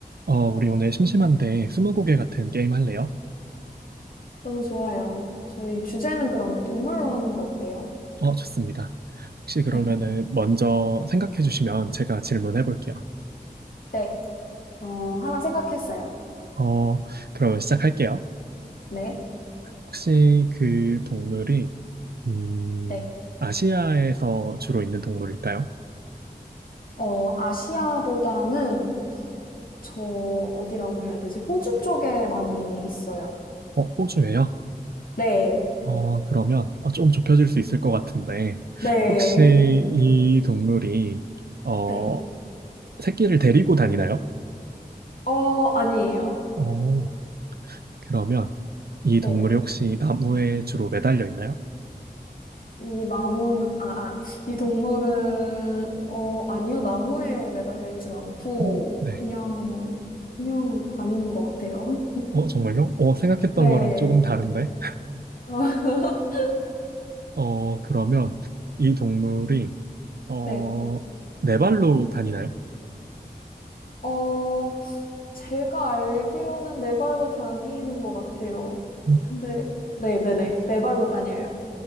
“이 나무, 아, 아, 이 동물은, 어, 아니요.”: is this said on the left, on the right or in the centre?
Left